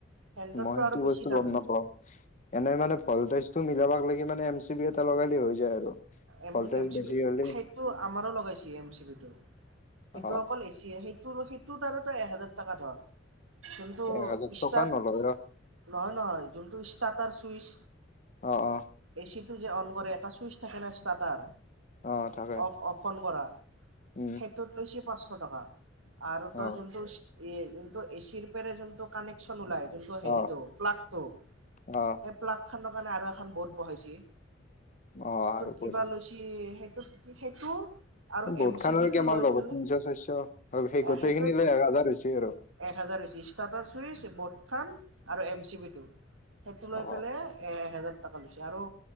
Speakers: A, on the right (about 80°); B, on the left (about 40°).
A: সেন্ততটো
B: মই সেইটো
A: আৰু বেছি
B: বস্তু
A: দামী
B: গম নাপাওঁ এনেই মানে ফলট টো মিলাবাক লাগি মানে এম চি বি এটা লগালি হৈ যায় আৰু
A: M
B: voltage
A: M C
B: বেছি
A: B
B: হ'লে
A: সেইটো আমাৰো লগাইছে এম চি বি টো সেইটো
B: অ
A: অকল এচি সেইটো স টোত আৰু তই এক হেজাৰ টকা ধৰ কিন্তু
B: এক হাজাৰ
A: ষ্টাট
B: টকা নলয় ৰ
A: নহয় নহয় যোনটো ষ্টাটাৰ চুইচ
B: অ অ
A: এচিটো যে অন কৰে এটা চুইচ থাকে না চাতাৰ
B: অ থাকে
A: অফ অফ অন কৰা
B: উম
A: সেইটোত লৈছে পাঁচশ টকা আৰু
B: অ
A: তই যোনটো ই যোনটো এচিৰ পেৰে যোনটো কানেকচন ওলাই যোনটো হেৰিটো
B: অ
A: প্লাগটো
B: অ
A: সেই প্লাগ খানক কাৰণে আৰু এখন বোট বহাইছি
B: অ আৰু
A: কিবা
B: কৈ
A: লৈচি সেইটোত সেইটো আৰু
B: বহুত
A: এম
B: খানৰ
A: চি বি
B: কিমান
A: টো লৈ
B: ল'ব
A: পেলাই
B: তিনশ চাৰিশ আৰু সেই গোটেই
A: সেইটোৱেতো
B: খিনি লৈ হাজাৰ হৈছে আৰু
A: এক হাজাৰ হৈছে ষ্টাৰ্টাৰ চুইচ ব খান আৰু এম চি বি টো সেইটো লৈ
B: অ
A: পেলাই এ এহেজাৰ টকা লৈছে আৰু